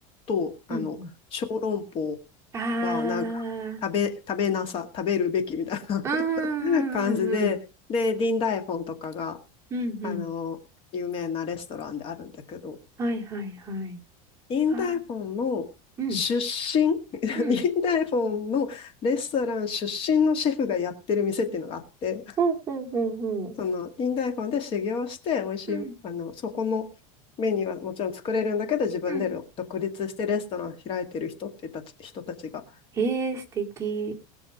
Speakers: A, on the left; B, on the right.
A: と、あの、
B: うんうん。
A: 小籠包
B: ああ。
A: はなんか、食べ、食べなさ、食べるべきみたい
B: うーん、
A: な <laughs> 感じで、
B: うん、
A: で、ディンダイフォンとかが、
B: うん、うん、
A: あの、
B: うん。
A: 有名なレストランであるんだけど、
B: はいはい、はい。
A: インダイフォンの出身、
B: はーい。うん、
A: <laughs> インダイフォンのレストラン出身のシェフがやってる店っていうのがあって、
B: うん。ほうほうほうほう。
A: そのインダイフォンで修行して、美味しい、
B: うん、
A: あの、そこのメニューはもちろん作れるんだけど、自分で独立してレストラン開いてる人ってたち、
B: うん。
A: 人たちが、
B: へえ、素敵。